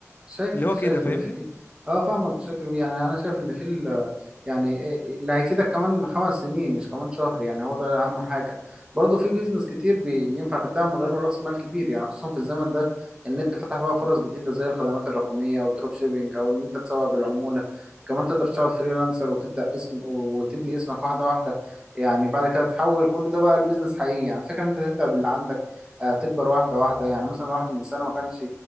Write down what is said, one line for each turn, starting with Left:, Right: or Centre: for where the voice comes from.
Right: شايف
Left: اللي هو كده
Right: شايف
Left: فاهمني
Right: ان في اه فاهمك بشكل كبير يعني انا شايف ان في ال... يعني إيه- إيه، اللي هيفيدك كمان خمس سنين مش كمان شهر يعني هو ده اهم حاجه برضه في بيزنس كتير بينفع تبدأ من غير راس مال كبير يعني خصوصا في الزمن ده النت فتح بقى فرص جديده زي الخدمات الرقميه او الدروب شيبينج او ان انت تسوق بالعموله كمان تقدر تشتغل فريلانسر وتبدأ اسم وتبني اسمك واحده واحده يعني بعد كده تحول كل ده بقى البيزنس حقيقي يعني فكره ان انت تبدأ باللي عندك آه، تكبر واحده واحده يعني مثلا واحد من سنه ما كانش